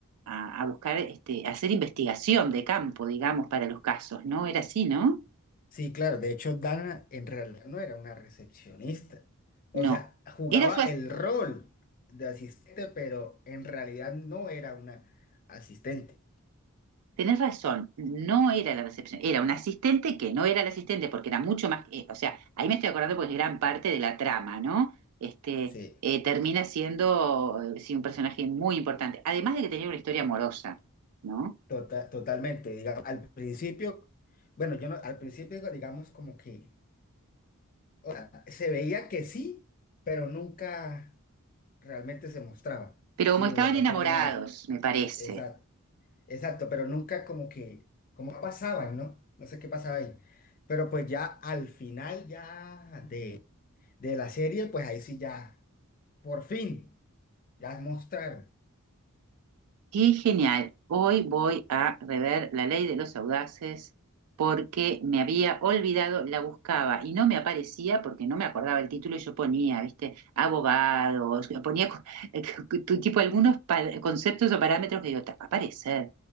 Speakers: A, on the right; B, on the left.
A: a, a buscar, este, a hacer investigación de campo, digamos, para los casos, ¿no? Era así, ¿no?
B: Sí, claro, de hecho Dana en realidad no era una recepcionista. O
A: No.
B: sea, jugaba
A: Era su,
B: el rol de asistente, pero en realidad no era una asistente.
A: Tenés razón, no era la recepción, era un asistente que no era el asistente porque era mucho más, eh, o sea, ahí me estoy acordando pues gran parte de la trama, ¿no? Este,
B: Sí,
A: eh, termina siendo, eh, sí, un personaje muy importante, además de que tenía una historia amorosa, ¿no?
B: tota- totalmente. Digamos, al principio, bueno, yo no, al principio digamos como que o sea, se veía que sí, pero nunca realmente se mostraba
A: Pero
B: que sí,
A: como estaban
B: de verdad
A: enamorados,
B: tenían algo.
A: me parece,
B: Exacto. Exacto, pero nunca como que, como pasaban, ¿no? No sé qué pasaba ahí. Pero pues ya al final ya de, de la serie, pues ahí sí ya, por fin, ya mostraron.
A: Qué genial. Hoy voy a rever La Ley de los Audaces porque me había olvidado, la buscaba y no me aparecía porque no me acordaba el título y yo ponía, viste, abogados, ponía co- <laughs> tu- tipo algunos pa- conceptos o parámetros que digo, "Ta, va a aparecer